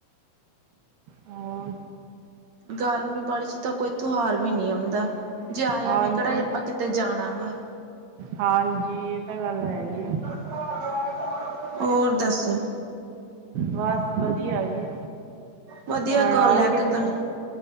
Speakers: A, on the right; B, on the right.
A: ਹੋਰ
B: ਗਰਮੀ ਬਾੜੀ 'ਚ ਤਾਂ ਕੋਈ ਤਿਉਹਾਰ ਵੀ ਨਹੀਂ ਆੰਦਾ ਜੇ ਆਇਆ
A: ਹਾਂਜੀ
B: ਵੀ, ਕਿਹੜਾ ਆਪਾਂ ਕਿਤੇ ਜਾਣਾ ਗਾ
A: ਹਾਂਜੀ! ਇਹ ਤਾਂ ਗੱਲ ਹੈ ਗੀ ਐ
B: <unintelligible> ਹੋਰ ਦੱਸੋ
A: ਬਸ ਵਧੀਆ ਜੀ
B: ਵਧੀਆ
A: ਹੁਣ
B: ਗੱਲ
A: ਆਉਣਗੇ
B: ਹੈ ਇੱਕ
A: ਤਿਉਹਾਰ
B: ਗੱਲ